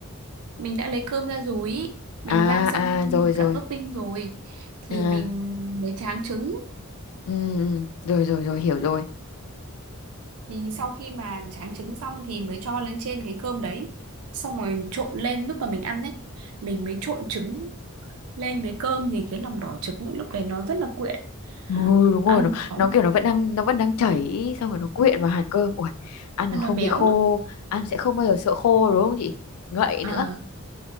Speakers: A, on the right; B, on the left.
A: mình đã lấy cơm ra rồi ý. mình
B: à
A: rang xong
B: à
A: cơm
B: rồi
A: với
B: rồi
A: cả topping rồi thì
B: à
A: mình mới tráng trứng
B: Ừ, ừ, rồi rồi rồi hiểu rồi.
A: thì sau khi mà tráng trứng xong thì mới cho lên trên cái cơm đấy xong rồi trộn lên lúc mà mình ăn ấy mình mới trộn trứng lên với cơm thì cái lòng đỏ trứng ấy, lúc đấy nó rất là quyện
B: Ừ, đúng rồi
A: ăn
B: nó
A: nó
B: nó kiểu nó vẫn đang nó vẫn đang chảy xong rồi nó quyện vào hạt cơm. Ui, ăn
A: ăn
B: nó không
A: nó béo
B: bị khô,
A: lắm
B: ăn sẽ không bao giờ sợ khô đúng không chị? Ngậy
A: à,
B: nữa.